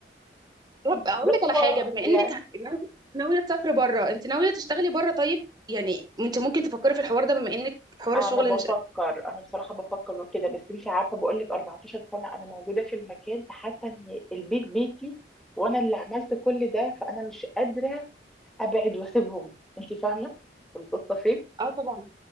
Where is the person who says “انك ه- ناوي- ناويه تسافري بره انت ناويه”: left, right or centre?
Right